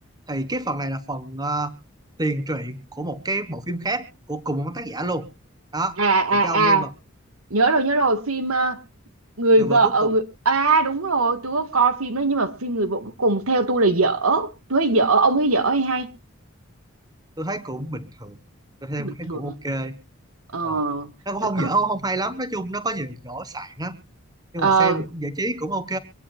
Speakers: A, on the right (about 20°); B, on the right (about 85°).
A: thì cái phần này là phần ờ, tiền truyện của một cái bộ phim khác của cùng một tác giả luôn đó
B: À à
A: thì
B: à,
A: cái ông nhân vật
B: nhớ rồi nhớ rồi, phim ờ, người
A: người
B: vợ
A: vợ cuối cùng
B: người... à đúng rồi, tôi có coi phim đó nhưng mà phim người vợ cuối cùng theo tôi là dở. Tôi thấy dở, ông thấy dở hay hay?
A: tôi thấy cũng bình thường tôi thấy,
B: bình
A: thấy
B: thường
A: cũng ok
B: Ờ,
A: ờ. nó cũng
B: tôi
A: không
B: có
A: dở không hay lắm nói chung nó có nhiều chỗ sạn á nhưng
B: ờ,
A: mà xem giải trí cũng ok